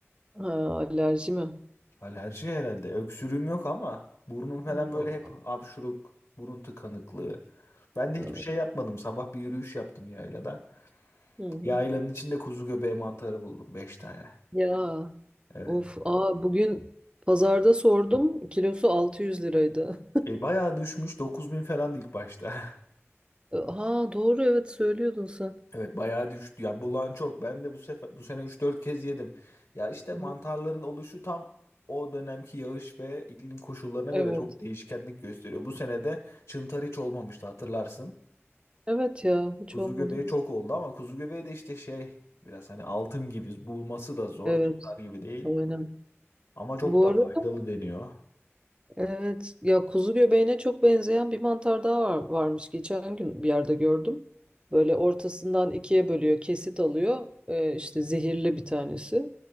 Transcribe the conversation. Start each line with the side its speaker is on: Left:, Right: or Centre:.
Right: Ha, alerji mi?
Left: Alerji herhalde. Öksürüğüm yok ama burnum falan
Right: Allah
Left: böyle hep
Right: Allah.
Left: hapşuruk, burun tıkanıklığı. Ben de
Right: Ha,
Left: hiçbir şey yapmadım. Sabah bir yürüyüş yaptım yaylada.
Right: Hı hı.
Left: Yaylanın içinde kuzu göbeği mantarı buldum. beş tane.
Right: Ya
Left: Evet.
Right: of aa bugün pazarda sordum kilosu 600 liraydı.
Left: E, bayağı düşmüş. dokuz bin falan ilk başta. <laughs>
Right: <laughs> Ha doğru evet söylüyordun sen.
Left: Evet bayağı düştü. Ya bulan çok. Ben de bu sefer bu sene üç dört kez yedim. Ya işte
Right: Hı.
Left: mantarların oluşu tam o dönemki yağış ve iklim koşullarına
Right: Evet.
Left: göre çok değişkenlik gösteriyor. Bu sene de çıntar hiç olmamıştı hatırlarsın.
Right: Evet ya hiç
Left: Kuzu
Right: olmadı.
Left: göbeği çok oldu ama kuzu göbeği de işte şey biraz hani altın gibi bulması da zor.
Right: Evet
Left: Çıtar gibi değil.
Right: aynen.
Left: Ama çok
Right: Bu
Left: da
Right: arada
Left: faydalı deniyor.
Right: evet ya kuzu göbeğine çok benzeyen bir mantar daha var, varmış. Geçen gün bir yerde gördüm. Böyle ortasından ikiye bölüyor, kesit alıyor. Ee, işte zehirli bir tanesi.